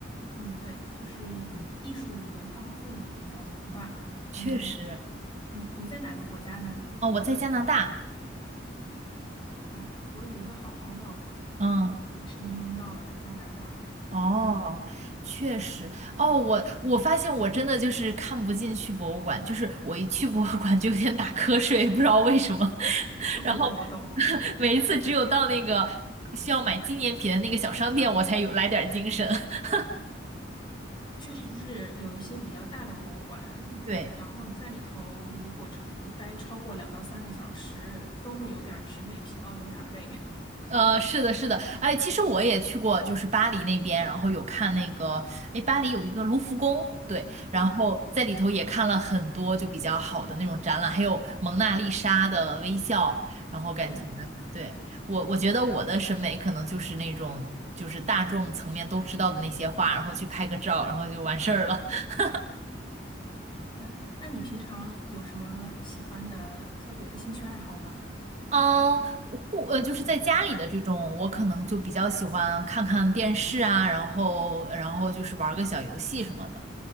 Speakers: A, on the left; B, on the right.
A: 嗯，对，就是艺术文化氛围比较浓吧。
B: 嗯，
A: 嗯
B: 确实，
A: 嗯，你在哪个国家呢？
B: 哦，我在加拿大。
A: 哦，我有一个好朋友，
B: 嗯，
A: 嗯，也是移民到了加拿大。
B: 哦，
A: 嗯，
B: 确实，哦，我我发现我真的就是看不进去博物馆，就是我一去博物馆就有点打瞌睡，不知道为什么。<laughs> 然后
A: 我懂，我懂，
B: <laughs> 每一次只有到那个需要买纪念品的那个小商店，我才有来点儿精神。<laughs>
A: 确实是有一些比较大的博物馆，
B: 对。
A: 然后你在里头如果超呃待超过两到三个小时，都会有点儿审美疲劳，有点儿累。<laughs>
B: 呃，是的，是的，哎，其实我也去过，就是巴黎那边，然后有看那个，哎，巴黎有一个卢浮宫，对，
A: 对的，
B: 然后在里头也看了很多就比较好的那种展览，还有蒙娜丽莎的微笑，然后感觉，
A: 对，
B: 对，我我觉得我的审美可能就是那种就是大众层面都知道的那些画，
A: 嗯
B: 然后去拍个照，然后就完事儿了。<laughs>
A: 嗯，那你平常有什么喜欢的特别的兴趣爱好吗？
B: 嗯，户呃，就是在家里的这种，我可能就比较喜欢看看电视啊，然后然后就是玩个小游戏什么的。